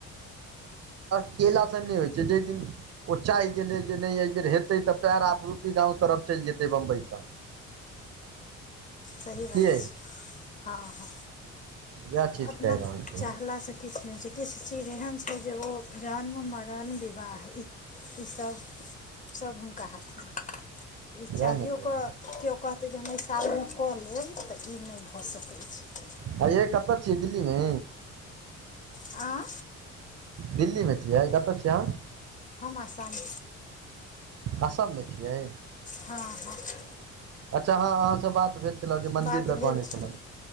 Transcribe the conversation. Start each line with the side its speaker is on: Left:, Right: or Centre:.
Right: काहेला स नहि होइ छै जेहि दिन। ओ चाहि गेलै जे नहि एहिबर हेतै तऽ आपरूपी गाँव तरफ चलि जेतै बम्बइसँ।
Left: सही बात
Right: के
Left: छै हँ हँ।
Right: वएह चीज
Left: अपना
Right: कहि रहल
Left: चाहलासँ
Right: छी
Left: किछु नहि छै। किछु चीज एहन छै जे ओ जन्म मरण विवाह इसभ, सभ हुनका हाथमे। ई चाहियओ
Right: वएह ने कहि
Left: कऽ
Right: रहल
Left: केओ कहतै जे हम एहि सालमे कऽ लेब तऽ ई नहि भऽ सकै छै।
Right: ह य कतऽ छियै दिल्लीमे?
Left: आँ।
Right: दिल्ली मे छियै कतऽ छियै अहाँ?
Left: हम आसम,
Right: असम मे छियै?
Left: हँ हँ।
Right: अच्छा हँ अहाँसँ बात भ। मन्दिर
Left: बात
Right: त
Left: भेल
Right: कहने
Left: छलै
Right: छल